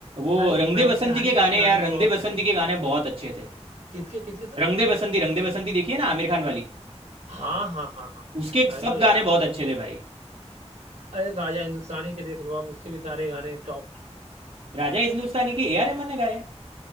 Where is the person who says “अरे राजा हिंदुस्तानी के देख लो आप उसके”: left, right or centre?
Right